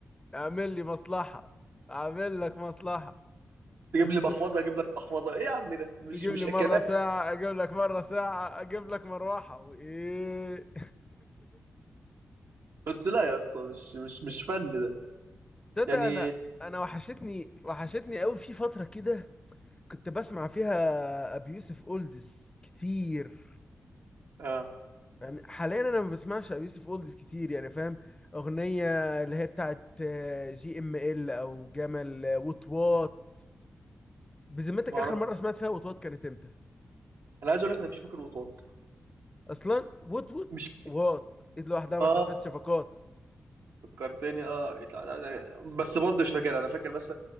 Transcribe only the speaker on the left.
اعمل لي مصلحة اعمل لك مصلحة
بس
تجيب
لي
مرة ساعة اجيب لك مرة ساعة اجيب لك مروحة وايه
<laughs> تصدق
انا انا وحشتني وحشتني قوي في فترة كده كنت بسمع فيها ابي يوسف اولدز كتير
يعني حاليا انا ما بسمعش ابي يوسف اولدز كتير يعني فاهم اغنيه اللي هي بتاعت آه، جي ام ال او جمل آه، وات وات بذمتك
اخر
مره سمعت فيها وات وات كانت امتى
اصلا وات وات
وات ايد لوحدها ما
تنفذش شفقات